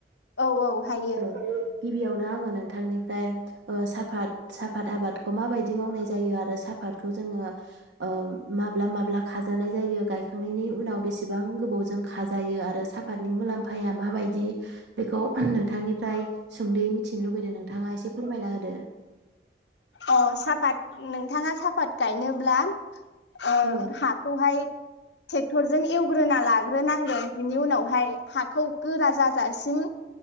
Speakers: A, on the left; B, on the right.
A: औ औ हायो
B: <unintelligible> गिबियावनो आङो नोंथांनिफ्राय ओ साफात साफत आबादखौ माबायदि मावनाय जायो आरो साफातखौ जोङो ओ माब्ला माब्ला खाजानाय जायो गायखांनायनि उनाव बेसेबां गोबावजों खाजायो आरो साफातनि मुलाम्फाया माबायदि बेखौ नोंथांनिफ्राय सुंद'यै मिथिनो लुुगैदों नोंथाङा एसे फोरमायना होदो
A: अ साहाफात नोंथाङा साफात गायनोब्ला ओ
B: औ
A: हाखौहाय टेक्टरजों एवग्रोना लाग्रोनांगोन बिनि उनावहाय हाखौ गोरा जाजासिम